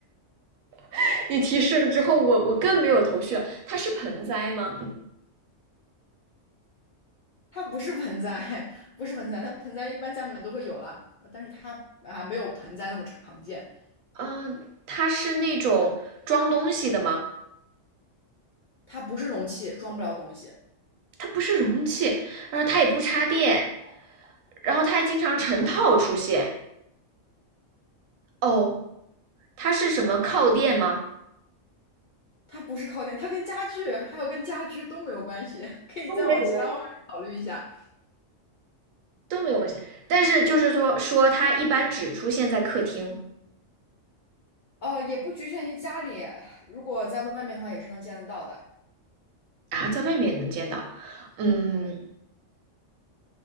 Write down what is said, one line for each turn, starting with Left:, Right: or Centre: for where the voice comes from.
Right: <laughs> 你提示了之后，我我更没有头绪了。它是盆栽吗？
Left: 它不是盆栽，<laughs> 不是盆栽，它盆栽一般家里面都会有啦，呃但是它啊没有盆栽那么常见。
Right: 嗯、它是那种装东西的吗？
Left: 它不是容器，装不了东西。
Right: 它不是容器，然后它也不插电，然后它还经常成套出现。哦，它是什么靠垫吗？
Left: 它不是靠垫，它跟家具还有跟家居都没有关系，<laughs> 可以再往其他方面考虑一下。
Right: 都没有关系。都没有关系，但是就是说说它一般只出现在客厅
Left: 呃，也不局限于家里，如果在外面的话，也是能见得到的。
Right: 啊，在外面也能见到。嗯，
Left: 对，